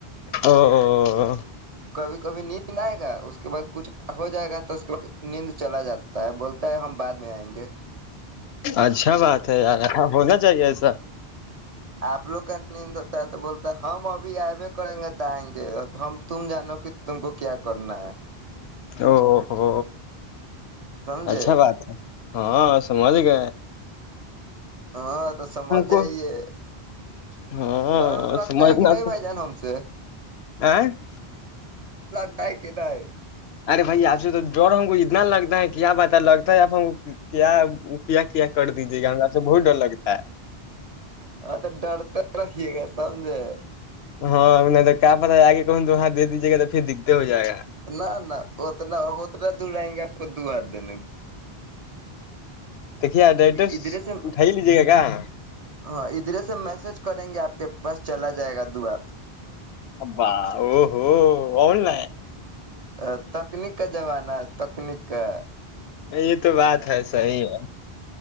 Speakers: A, on the left; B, on the right.
A: او
B: کبھی کبھی نیند آئے گا اس کے بعد کچھ ہو جائے گا تو اس کے بع نیند چلا جاتا ہے بول ہم بعد میں آئیں گے
A: اچھا بات ہے یار ہونا چاہیے ایسا
B: آپ لو کا ند تو بولتا ہے ہم ابھی آبے کریں گے ت آئیں گے ہم تم جانو کہ تم کو کیا کرنا ہے
A: او ہو
B: سمجھے
A: اچھا بات ہے ہاں سمجے گ
B: ہاں تو سمجھ جائیے
A: کو ہاں
B: ڈر لگتا
A: سمجھنا
B: ہے کہ نہیں
A: تو
B: بھائی جان ہم سے
A: آ <inaudible>
B: آ ہے کہید ہے
A: ارے بھائی آپ سے تو ڈر ہم کو اتنا لگتا ہے کیا بتا لگتا ہے آ ہم کیا کیا کیا کر دیجیے گا ہم سے بہت ڈر لگتا ہے
B: ہاں تو ڈرتے رہیے گا سمجھے
A: ہاں تو کہاں پتاہ آگے کہن تو وہاں دے دیجیے گا تو پھر دکھتے ہو جائےا
B: نہ نہ اتنا اب اتنا دور آئیں گے آپ کو د آ دن
A: د کیا ڈ ایڈریس
B: ادھرے سے
A: اٹھائی لیجیے گا کا <unintelligible>
B: ہاں اھر میسج کریں گے آپ کے بس چلا جائے گا دعات
A: اببا او ہوو بول ن
B: ا تکنیک کا زمانہ ہے تکنیک کا
A: یہ تو بات ہے صحی ہے